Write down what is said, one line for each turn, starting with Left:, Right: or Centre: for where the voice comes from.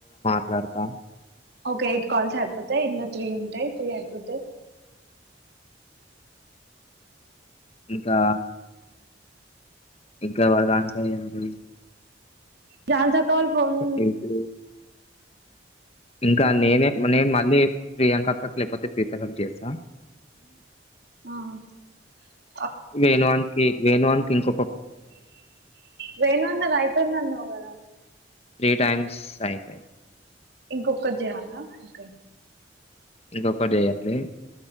Left: ట్లార్తా
Right: ఓకే ఎయిట్ కాల్స్ అయిపోతాయి ఇందులో త్రీ ఉంటాయి త్రీ అయిపోతాయ్
Left: ఇంకా ఇంకా వాల్ దాంట్లో ఏం పని
Right: ఝాన్సీ అక్క వాల ఫోన్
Left: ఎయిట్ ఇంకా
Right: ఎత్తా
Left: నేనే నే మా లే ప్రియాంక అక్కకి లేకపోతే ప్రీతక్క కి చేస్తా
Right: ఆ
Left: వేనువాణికి వేనువానికి ఇంకో
Right: వెేను అన్నది అయిపోయింది అన్నావు కదా
Left: త్రీ టైమ్స్ అయిపైయే
Right: ఇంకొక్కటి చేయాలా ఓకే
Left: ఇంకొకటి చేయాలి